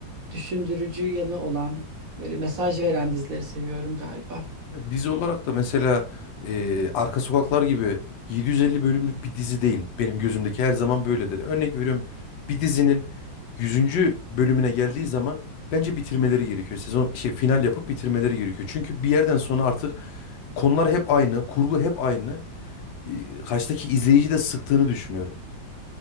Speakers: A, on the right; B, on the left.
A: düşündürücü yanı olan böyle mesaj veren dizileri seviyorum galiba.
B: Ya Dizi olarak da mesela e, Arka Sokaklar gibi 750 bölümlük bir dizi değil. Benim gözümdeki her zaman böyledir. Örnek veriyorum bir dizinin yüzüncü bölümüne geldiği zaman bence bitirmeleri gerekiyor. Sezon şey final yapıp bitirmeleri gerekiyor. Çünkü bir yerden sonra artık konular hep aynı, kurgu hep aynı. E, karşıdaki izleyici de sıktığını düşünüyorum.